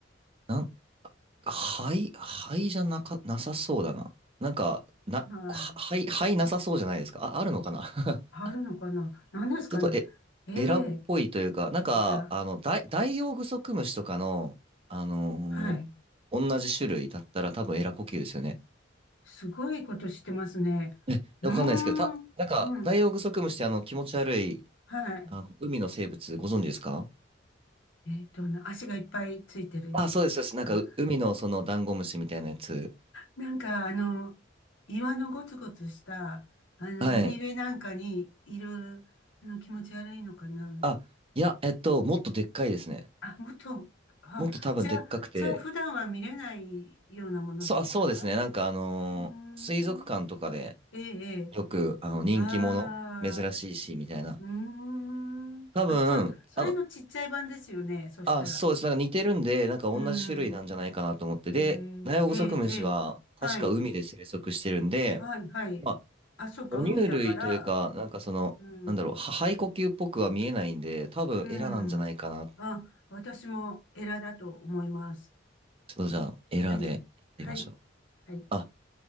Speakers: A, on the right; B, on the left.
A: なん、肺肺じゃなか、なさそうだな。なんか、な、
B: はい。
A: は灰、肺なさそうじゃないですか。あ、あるのかな <laughs>
B: あるのかな何ですかね。
A: ちょっと、え、
B: ええ、
A: エラっぽいというか、なんか、
B: えら。
A: あの、ダイ、ダイオウグソクムシとかの、あのー
B: はい。
A: 同じ種類だったら多分エラ呼吸ですよね。
B: すごいことしてますね。
A: え、
B: うーん。
A: わかんないですけど、た、なんか、
B: うん。
A: ダイオウグソクムシってあの、気持ち悪い、
B: はい。
A: あの、海の生物ご存知ですか
B: えっと、な足がいっぱいついてるか。
A: あ、そうです、そうです。なんか、う海のそのダンゴムシみたいなやつ。
B: なんか、あの、岩のゴツゴツした、あの、
A: はい。
B: 海辺なんかにいる、あの、気持ち悪いのかな。
A: あ、いや、えっと、もっとでっかいですね。
B: あ、もっと、あ、
A: もっと多分でっかくて、
B: じゃあ、じゃあ、普段は見れないようなものですか
A: そう、あ、そうですね。なんかあのー水族館とかで
B: うーん。ええ、ええ。
A: よく、あの、人気者、
B: ああ、
A: 珍しいし、みたいな。
B: うーん。
A: 多分、
B: あ、それ、それのちっちゃい版ですよね。
A: あの、
B: そしたら。
A: あ、そうです。なんか似てるんで、なんか同じ種類なんじゃないかなと思って。
B: うーん。ええ、
A: で、ダイオウグソクムシは確か海で生息してるんで、
B: ええ、ええ。はい。はい、はい。
A: まあ、
B: あ、そっか、
A: 哺乳類というか、
B: 海だから、
A: なんかその、
B: うん、
A: なんだろう、は肺呼吸っぽくは見えないんで、多分エラなんじゃないかな。
B: うん。あ、私もエラだと思います。
A: ちょっとじゃあ、エラでいってみましょう。
B: はい、はい、はい。
A: あ